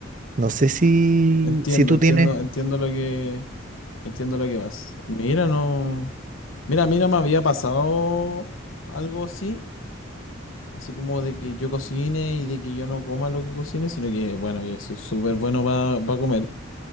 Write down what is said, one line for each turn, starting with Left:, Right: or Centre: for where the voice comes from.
Right: No sé si,
Left: Entiendo,
Right: si tú
Left: entiendo,
Right: tienes.
Left: entiendo lo que, entiendo lo que vas. Mira, no, mira, a mí no me había pasado algo así, así como de que yo cocine y de que yo no coma lo que cocine, sino que, bueno, yo soy súper bueno para comer.